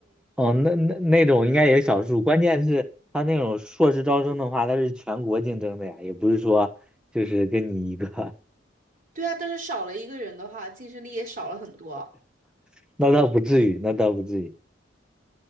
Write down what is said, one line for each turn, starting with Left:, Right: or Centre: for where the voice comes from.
Centre: 哦，那那那种应该也是少数。关键是他那种硕士招生的话，他是全国竞争的呀，也不是说就是跟你一个，
Right: 对啊，但是少了一个人的话，竞争力也少了很多。
Centre: <laughs> 那倒不至于，那倒不至于。